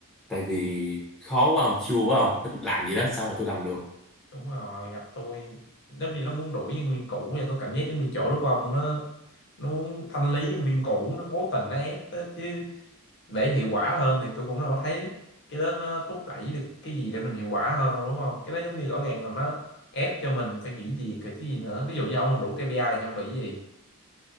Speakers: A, in the centre; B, on the left (about 55°).
A: tại vì khó quá ông chua quá ông làm gì đó làm sao mà tôi làm được
B: đúng rồi gặp tôi giống như nó muốn đuổi nhân viên cũ và tôi cảm giác giống như chỗ đó của ông nó nó muốn thanh lý nhân viên cũ nó cố tình nó ép đó chứ để hiệu quả hơn thì tôi cũng đâu có thấy cái đó nó thúc đẩy được cái gì để mình hiệu quả hơn đâu, đúng không cái đó giống như rõ ràng là nó ép cho mình phải nghỉ việc rồi chứ gì nữa ví dụ như ông không đủ KPI thì không bị gì